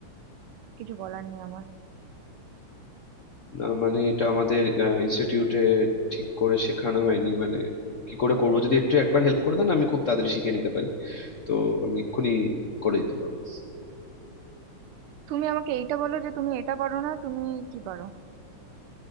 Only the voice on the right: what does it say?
কিছু বলার নেই আমার
তুমি আমাকে এইটা বলো যে তুমি এটা পারো না তুমি কি পারো